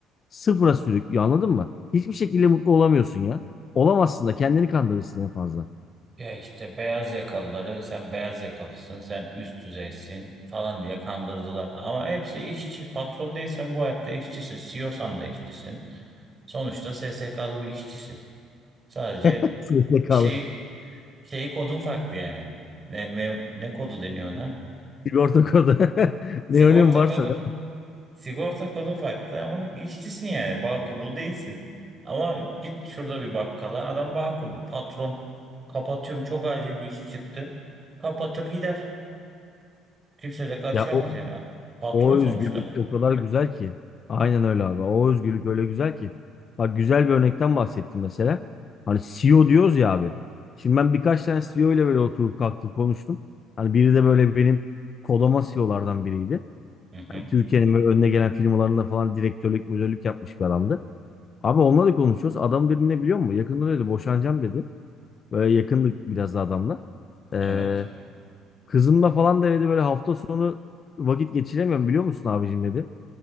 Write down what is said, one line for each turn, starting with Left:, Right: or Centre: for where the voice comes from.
Left: sıfıra sürüklüyor anladın mı? Hiçbir şekilde mutlu olamıyorsun ya. Olamazsın da kendini kandırırsın en fazla.
Right: Ya işte beyaz yakalıları sen beyaz yakalısın sen üst düzeysin falan diye kandırdılar. Ama hepsi işçi. Patron değilsen bu hayatta işçisin. CEO'san da işçisin. Sonuçta SSK'lı bir işçisin. Sadece
Left: <laughs> SSK'lı
Right: şey şey kodun farklı yani. Ne, me- ne kodu deniyor ona?
Left: sigorta kodu. <laughs>
Right: Sigorta
Left: Ne önemi varsa
Right: kodun
Left: da.
Right: sigorta kodun farklı ama işçisin yani. Bağ kurulu değilsin. Ama git şurada bir bakkala adam bağ kurulu. Patron kapatıyorum çok acil bir işi çıktı. Kapatır gider. Kimse de karışamaz
Left: Ya o
Right: yani. Patron
Left: O
Right: sonuçta.
Left: özgürlük o kadar güzel ki. Aynen öyle abi. O özgürlük öyle güzel ki. Bak güzel bir örnekten bahsettim mesela. Hani CEO diyoruz ya abi. Şimdi ben birkaç tane CEO ile böyle oturup kalktım konuştum. Hani biri de böyle benim kolama CEO'lardan biriydi.
Right: Hı hı.
Left: Yani Türkiye'nin böyle önüne gelen firmalarında falan direktörlük, müdürlük yapmış bir adamdı. Abi onunla da konuşuyoruz. Adam dedi ne biliyor musun? Yakında dedi boşanacağım dedi. Böyle yakındık biraz da adamla. Ee,
Right: Evet.
Left: kızımla falan da dedi böyle hafta sonu vakit geçiremiyorum biliyor musun abicim dedi.